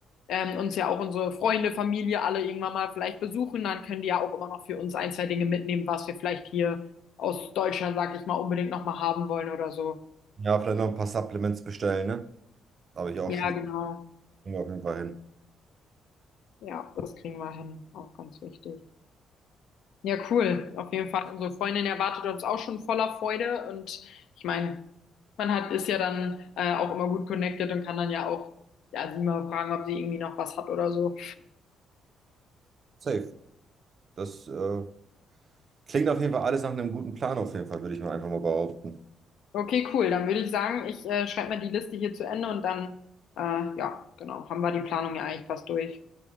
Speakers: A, on the left; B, on the right.
A: ähm, uns ja auch unsere Freunde, Familie alle irgendwann mal vielleicht besuchen, dann können die ja auch immer noch für uns ein, zwei Dinge mitnehmen, was wir vielleicht hier aus Deutschland, sag ich mal, unbedingt nochmal haben wollen oder so.
B: Ja, vielleicht noch ein paar Supplements bestellen, ne? Habe ich auch
A: Ja,
B: schon wieder.
A: genau.
B: Kriegen wir auf jeden Fall hin.
A: Ja, das kriegen wir hin. Auch ganz wichtig. Ja, cool. Auf jeden Fall. Unsere Freundin erwartet uns auch schon voller Freude. Und ich meine, man hat, ist ja dann äh, auch immer gut connected und kann dann ja auch, ja, sie mal fragen, ob sie irgendwie noch was hat oder so.
B: Safe. Das äh, Klingt auf jeden Fall alles nach einem guten Plan, auf jeden Fall, würde ich mir einfach mal behaupten.
A: Okay, cool. Dann würde ich sagen, ich äh, schreibe mal die Liste hier zu Ende und dann, äh, ja, genau, haben wir die Planung ja eigentlich fast durch.